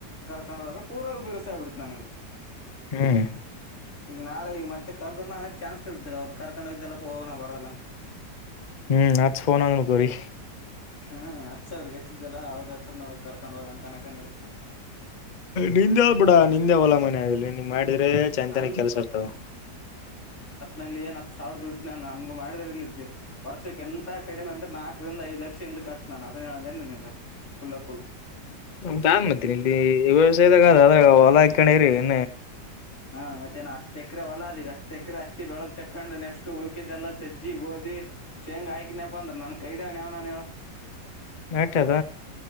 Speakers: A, on the left; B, on the left.
A: ೊಂಡ ಪೂರ ವಿವಸಾಯ ಬಿಡ್ತನಗೆ
B: ಹ್ಮ್
A: ಈಗ ನಾಳೆ ಈಗ ಮತ್ತೆ ಕರ್ದ್ರ ನನಗ್ ಚಾನ್ಸ್ ಇರ್ತಗ ಅವ್ರನ್ನ ಕರ್ಕೊಂಡುೋಯ್ದಲ್ಲಪ್ಪ ಹೋಗ್ ನ ಬರದಲ್ಲ ಅಂತ
B: ಹ್ಮ್ ನಚ್ಫೋನಂದಕರಿ
A: ಹಾ ಹಚ್ಚ ಅವ್ರಿಗೆ ಹಚ್ಚಿದ್ದೆಲ್ಲ ಅವ್ರ ಹತ್ರ ಕರ್ಕೊಂಡ್ ಹೋಗ ಅಂತ ಅನಕ ಇರ್ತ
B: ನಿಂದೆವ ಬಿಡ ನಿಂದೆ ಅವಲ್ಲ ಮನೆ ಆಗಲಿ ನೀನ್ ಮಾಡಿದ್ರೆ ಚೈಂತಾನ
A: ನಾನ್
B: ಕೆಲ್ಸ ಇರ್ತಾವ
A: ನಲ್ಲಿ ಏನ್ ಹತ್ತು ಸಾವಿರ ದುಡ್ಡು ನಾನು ಹಂಗ ಮಾಡಿದ್ರ ಇಲ್ಲಿದ್ದೆ ವರ್ಷಕ್ಕೆ ಎಂತ ಕಡೆಮ ಅ್ರ ನ ್ರಂದ ಐ ಲಕ್ಷ ಹಿಂದ ಕಟ್ ನು ಅದ ನನ ಕುಲ್ಲ ಕುಲ್ಲ
B: ನ ತಾ ಮತ್ತೀನಿ ಇಲ್ಲಿ ವ್ಯವಸಾಯದಾಗ ಅ ಅದ್ರೆ ಹೊಲ ಹಾಕ್ಕಣರಿ ಇ
A: ಹಾ ಮತ್ತೆನ ಹತ್ ಎಕರೆ ಹೊಲ ಅ ಈಗ ಹತ್ ಎಕರೆ ಹತ್ತಿ ಬೆಳದ ತಕೊಂಡು ನೆಕ್ಸ್ಟ್ ಉಳಕಿದ್ದೆಲ್ಲಾ ಸಜ್ಜಿ ಗೋಧಿ ಶೇಂಗ್ ಆಯ್ಕನ್ಯಪ್ಪ ಅಂದ್ರ ನನ್ ಕೈಡೇವ್ನ್ ಯಾವನಾನನ್ ಹೇಳ
B: ಆತದ